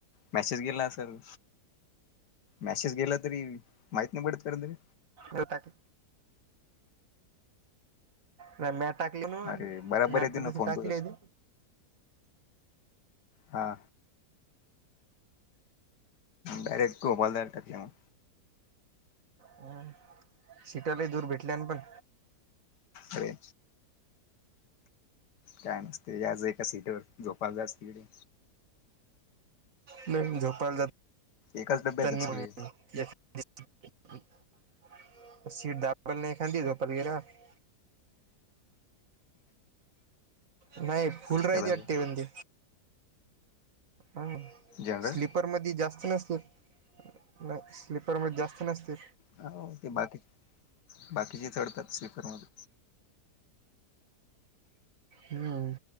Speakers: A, on the left; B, on the right.
A: मेसेज गेला असल. मॅसेज गेला तरी माहित नाही पडत त्याले?
B: होता तो <inaudible> नाही म्या टाकली म्हणुन
A: अरे बराबर
B: म्या आता
A: येते ना
B: तसं
A: फोन
B: टाकली
A: पे
B: यानी.
A: हा. डायरेक्ट <unintelligible> मग
B: हम्म. सिटा लई दूर भेटल्यान पण.
A: अरे! काय मतेज्या असं एका सीट वर झोपा जा अस तिकडे.
B: नाही. मी झोपायला जात
A: एकाच डब्यात
B: त्यांनी
A: आहेत सगळे
B: <unintelligible> <unintelligible> सीट दा <unintelligible> पणनाही खाली झोपायला गेल्यावर नाही. फुल
A: कस
B: राहिते
A: काय दाबा
B: अट्टी बंदी. ह. स्लीप
A: जनरल
B: -- स्लीपरमध्ये जास्त नसतो. नाही. स्लीपरमध्ये जास्त नसतील.
A: हा. ओके बाकी. बाकीचे चढतात स्लीपर मध्ये.
B: हम्म.